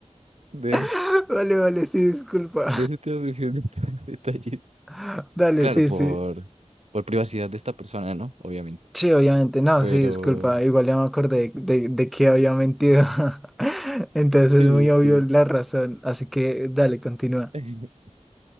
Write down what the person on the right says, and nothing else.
De,
de ese tema prefiero no <laughs> entrar en detalles.
Claro,
por,
por privacidad de esta persona, ¿no? Obviamente.
Pero
sí,
sí.
<laughs>